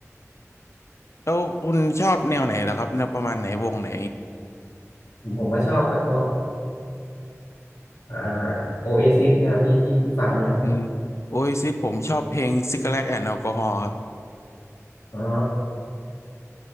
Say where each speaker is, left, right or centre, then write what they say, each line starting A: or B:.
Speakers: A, on the left; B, on the left.
A: แล้วคุณชอบแนวไหนล่ะครับแนวประมาณไหน วงไหน
B: ผมผมก็ชอบแบบพวก อ่าโอเอซิสเนี่ยครับพี่พี่พี่ฟังไหมครับ
A: อืมโอ้ยซิดผมชอบเพลง Cigarette and Alcohol ครับ
B: อ๋อ